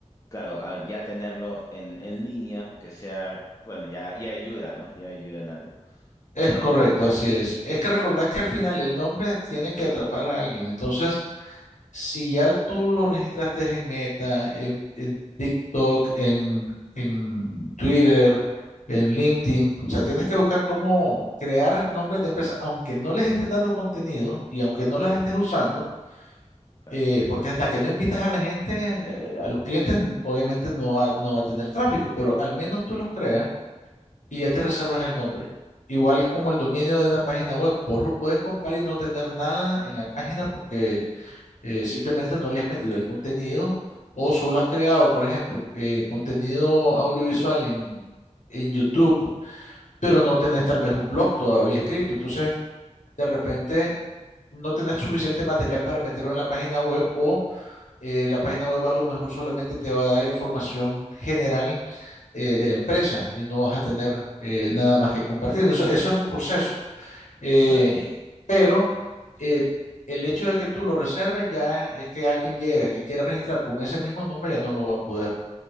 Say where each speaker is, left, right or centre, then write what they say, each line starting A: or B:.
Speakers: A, on the left (about 25°); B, on the left (about 80°).
A: Claro, al ya tenerlo en, en línea, aunque sea, bueno, ya, ya ayuda, ¿no? Ya ayuda en algo.
B: es
A: Em,
B: correcto, así es. Es que recordar que al final el nombre tiene que atrapar a alguien. Entonces, si ya tú lo registraste en Meta, en, en TikTok, en, en Twitter, en LinkedIn, o sea, tienes que buscar cómo crear nombres de empresas, aunque no les estés dando contenido y aunque no las estés usando,
A: claro,
B: eh, porque hasta que no invitas a la gente, eh, a los clientes, n- obviamente no va, no va a tener tráfico, pero al menos tú los creas y ya te reservas el nombre. Igual como el dominio de una página web, vos lo puedes comprar y no tener nada en la página porque eh, simplemente no le has metido el contenido o solo has creado, por ejemplo, eh, contenido audiovisual en, en YouTube, pero no tenés tal vez un blog todavía escrito. Entonces, de repente,
A: claro,
B: no tenés suficiente material para meterlo en la página web o eh, la página web a lo mejor solamente te va a dar información general eh, de la empresa y no vas a tener eh, nada más que compartir. Entonces, eso es un proceso. Eh,
A: claro.
B: pero eh, el hecho de que tú lo reserves ya es que alguien llegue que quiera registrar con ese mismo nombre ya no lo va a poder